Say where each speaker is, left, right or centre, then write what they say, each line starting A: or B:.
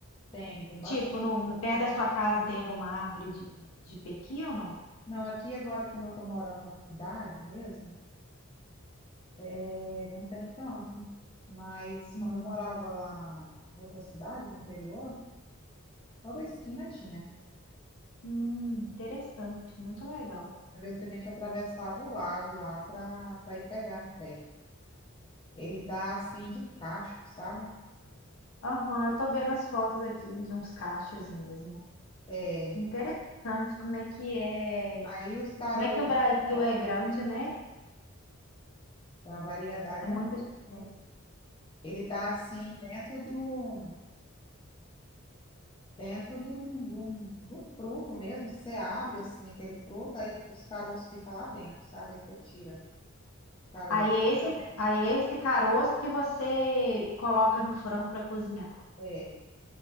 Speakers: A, on the left; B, on the left.
A: Tem, tem bastante.
B: Tipo, no, no- perto da sua casa tem alguma árvore de, de pequi ou não?
A: Não, aqui agora, como eu tô morando na cidade mesmo, é, não tem tanto. Mas
B: Hum,
A: quando eu morava lá em outra cidade, no interior, toda esquina tinha.
B: hum, interessante, muito legal.
A: Às vezes a gente atravessava o lago lá para ir pegar no pé. Ele dá assim de cacho, sabe?
B: Aham, eu tô vendo as fotos aqui de uns cachos mesmo.
A: É,
B: Interessante como é que é,
A: aí os tarô
B: como é que o Brasil é grande, né?
A: Tem uma variedade.
B: É
A: enorme.
B: muito diferente.
A: Ele dá assim dentro do dentro do, do, do fruto mesmo. Você abre assim aquele fruto, aí os caroços ficam lá dentro, sabe? Aí você tira o caroço.
B: Aí é
A: Realmente
B: esse, aí
A: tem.
B: é esse caroço que você coloca
A: que tirar.
B: no frango para cozinhar.
A: É,